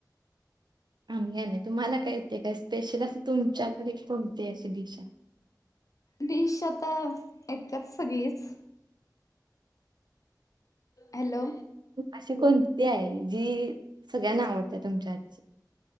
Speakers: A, on the right; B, on the left.
A: नाही, नाही तुम्हाला काय, काय स्पेशल असं तुमच्याकडे कोणती? अशी डिश आहे.
B: डीश आता येतात सगळीच. <inaudible> हॅलो
A: आशी कोणती आहे. जी सगळ्यांना आवडते तुमच्या हातची.